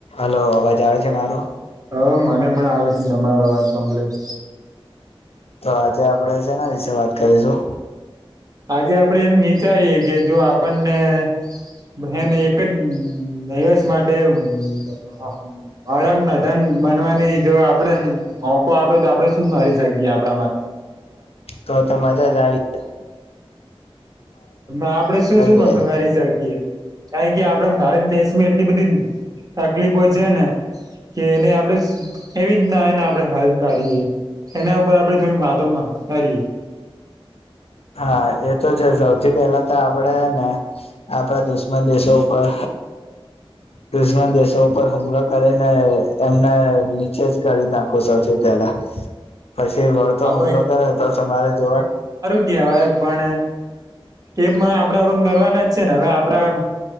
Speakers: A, on the left; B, on the right.
A: Hello અવાજ આવે છે મારો
B: હ મને પણ આવે છે તમામારો અવાજ કમ્પ્લેટ
A: તો આજે આપણેે છેના વિશે વાત કરીશું.
B: આજે આપડે એમ વિચારીએ કે જો આપણને બને એક જ દિવસ માટે વડાપ્રધાન બનવાની જો આપડે મોકો આપે તો આપડે શું કરી શકીએ આપડા માં
A: તો તો મજા જ આવી જાય
B: આપડે શું શું
A: જાય
B: મખ કરી શકીએ. કારણ કે આપડે ભારત દેશમાં એટલી બધી તકલીફો છે ને કે એને આપણેે કેવી રીતના એને આપણે હલ કરીએ. એના ઉપર આપડે થોડી વાતો કરીએ.
A: હા એ તો છે સૌથી પેલા તો આપડેને આપડા દુશ્મન દેશો ઉપર દુશ્મન દેશો ઉપર હુમલો કરીને એમને નીચે જ કરી નાખું સૌથી પેલા પછી ઘર તો
B: હા
A: હુમલો કરે તો તમારે જોવા
B: હવે પણ કે આપડા પણ કરવાના જ છે ને હવે આપડા